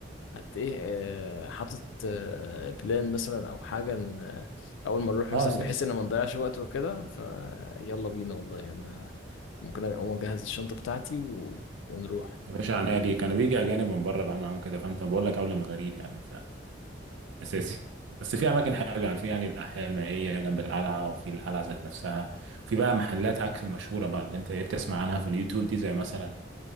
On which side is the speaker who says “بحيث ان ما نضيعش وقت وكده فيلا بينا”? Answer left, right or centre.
Left